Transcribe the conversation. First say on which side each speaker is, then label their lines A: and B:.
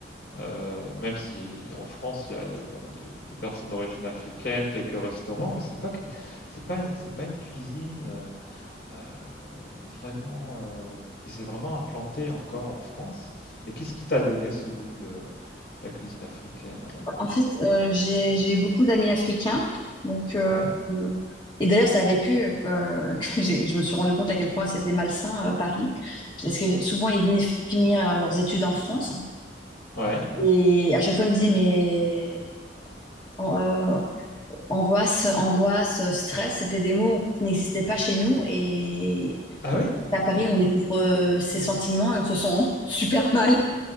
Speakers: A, on the left (about 70°); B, on the left (about 25°).
A: euh, même si en France il y a, il y a pas mal de, de personnes d'origine africaine, quelques restaurants, mais c'est pas que, c'est pas, une- c'est pas une cuisine. euh, euh, vraiment, euh, qui s'est vraiment implanté encore en France. Et qu'est-ce qui t'a donné ce goût de la cuisine africaine alors?
B: En fait, euh, j'ai j'ai eu beaucoup d'amis africains, donc euh,
A: Ouais,
B: euh, et d'ailleurs c'est avec eux que, <laughs> que j'ai- que je me suis rendu compte à quel point c'était malsain euh, Paris, parce que souvent ils venaient finir euh, leurs études en France
A: ouais.
B: et à chaque fois ils me disaient mais an- euh, angoisse, angoisse, euh, stress, c'était des mots qui n'existaient pas chez nous et
A: Ah
B: on-
A: oui?
B: à Paris on découvre euh, ces sentiments et on se sent <laughs> super mal.